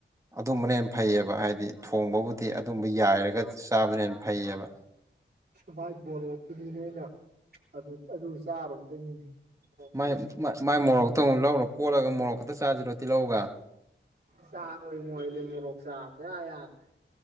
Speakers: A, on the right (about 15°); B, on the right (about 50°).
A: ꯑꯗꯨꯝꯕꯅ ꯍꯦꯟ ꯐꯩꯌꯦꯕ ꯍꯥꯏꯗꯤ ꯊꯣꯡꯕꯕꯨꯗꯤ ꯑꯗꯨꯝꯕ ꯌꯥꯏꯔꯒ ꯆꯥꯕꯅ ꯍꯦꯟꯅ ꯐꯩꯌꯦꯕ
B: ꯃꯥꯏ ꯃꯣꯔꯣꯛꯇꯨꯅꯤꯅꯦ ꯑꯩꯅ ꯑꯗꯨ ꯑꯗꯨ ꯆꯥꯔꯨꯕꯗꯩꯅꯤꯅꯦ ꯃꯣꯔꯣꯛꯇꯩ
A: ꯃꯥꯏ ꯃꯥꯏ ꯃꯣꯔꯣꯛꯇꯣ ꯑꯃꯨꯛ ꯂꯧꯔ ꯀꯣꯠꯂꯒ ꯃꯣꯔꯣꯛ ꯈꯛꯇꯥ ꯆꯥꯖꯤꯔꯣ ꯇꯤꯜꯍꯧꯒ
B: ꯆꯥꯔꯣ ꯏꯉꯣ ꯑꯩꯗꯤ ꯃꯣꯔꯣꯛ ꯆꯥꯕ ꯁꯨꯛꯌꯥ ꯌꯥꯗ꯭ꯔꯦ